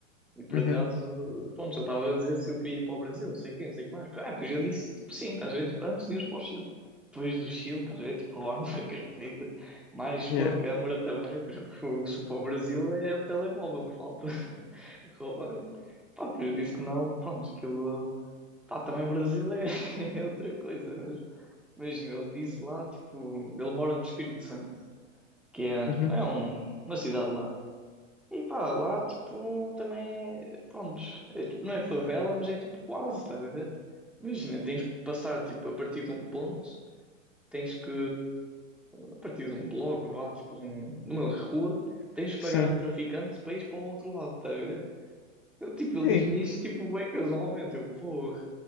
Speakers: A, in the centre; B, on the left.
A: E por
B: uhum,
A: acaso, pronto, já estava a dizer se eu queria ir para o Brasil, não sei o quê, não sei o que mais. Ah, depois eu disse, tipo, sim, estás a ver, tipo, antes de irmos para o Chile. Depois do Chile, estás a ver, tipo, <laughs> roubaram-me a carteira, mais
B: yeah,
A: com a câmara também, depois eu fui se for para o Brasil, é o telemóvel que falta <laughs> roubar. Pá, depois eu disse que não, pronto, aquilo... Pá, também Brasil é, <laughs> é outra coisa mesmo. Imagina, ele disse lá, tipo, ele mora no Espírito Santo, que é,
B: uhum,
A: tipo, é um, uma cidade lá. E pá, lá, tipo, também é, pronto, é, tipo, não é favela, mas é tipo quase, estás a ver? Imagina, tens que passar, tipo, a partir de um ponto, tens que, a partir de um bloco, vá, tipo, de um, numa rua, tens que
B: sim.
A: pagar a um traficante para ir para o outro lado, estás a ver? Eu, tipo, ele
B: Ei,
A: diz-me isso, tipo, bem casualmente, eu, porra,